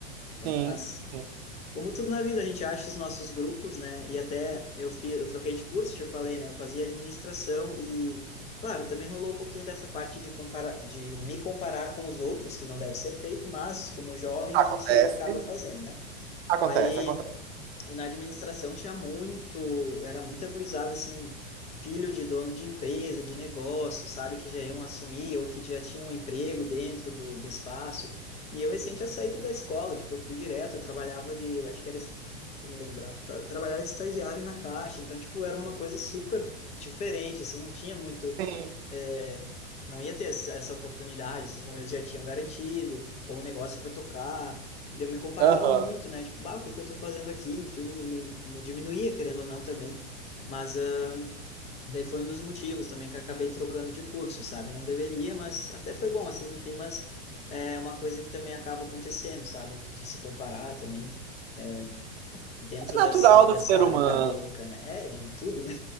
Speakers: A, on the right; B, on the left.
A: sim.
B: mas
A: sim.
B: como tudo na vida, a gente acha os nossos grupos, né? E até eu fiz, eu troquei de curso, te falei, né? Eu fazia administração e, claro, também rolou um pouquinho dessa parte de comparar, de me comparar com os outros, que não deve ser feito, mas como jovem
A: Acontece.
B: a gente acaba fazendo, né?
A: Acontece,
B: Aí
A: acontece.
B: e na administração tinha muito, era muito gurizada, assim, filho de dono de empresa, de negócio, sabe, que já iam assumir ou que já tinham um emprego dentro do, do espaço. E eu recente tinha saído da escola, tipo, eu fui direto, eu trabalhava de, acho que era, es- deixa eu me lembrar, tá, eu trabalhava de estagiário na Caixa, então, tipo, era uma coisa super diferente, assim, não tinha muito
A: Sim.
B: é, não ia ter essa essa oportunidade, assim como eles já tinham garantido, ou um negócio para tocar. E daí eu me comparava
A: Aham.
B: muito, né? Tipo, bah, o que que eu tô fazendo aqui? Enfim, e me, me diminuía, querendo ou não, também. Mas ah, daí foi um dos motivos também que eu acabei trocando de curso, sabe? Não deveria, mas até foi bom, assim, no fim, mas é uma coisa que também acaba acontecendo, sabe? De se comparar também. é, dentro
A: É
B: desse,
A: natural do
B: dessa
A: ser
B: área
A: humano.
B: acadêmica, né? É, em tudo, né?